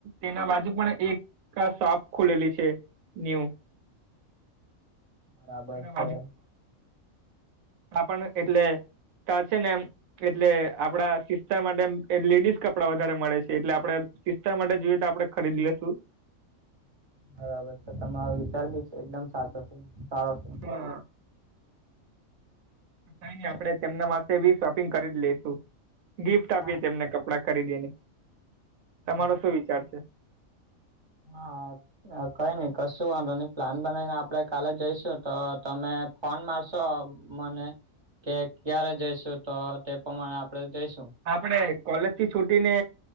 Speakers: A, on the right (about 80°); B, on the right (about 25°).
A: તેના બાજુ પણ એક શોપ ખુલેલી છે ન્યૂ.
B: બરાબર
A: એના
B: છે.
A: આપ પણણ એટલે ત છે ને એમ એટલે આપડા સિસ્તાર માટે લેડીઝ કપડા વધારે મળે છે એટલે આપડે સિસ્ટર માટે જોઈએ તો આપડણે ખરીદી લેશું.
B: બરાબર તો તમારો વિચાર બી એકદમ સાચો છે સારો છે.
A: હા થઈ આપડણે તેમના માટે બી શોપિંગ કરી લઈસુ ગિફ્ટ આપીએ
B: હા.
A: તેમને કપડા ખરીદીની તમારો
B: હા તો
A: શું વિચાર છે?
B: હા. કઈ નઈ કશું વાંધો ની પ્લાન બનાવીને આપડે કાલે જઈશું તો તમે ફોન મારશો મને કે ક્યારે જઈશું તો તે પ્રમાણે આપણેે જઈશું.
A: આપડે કોલેજ થી છૂટીને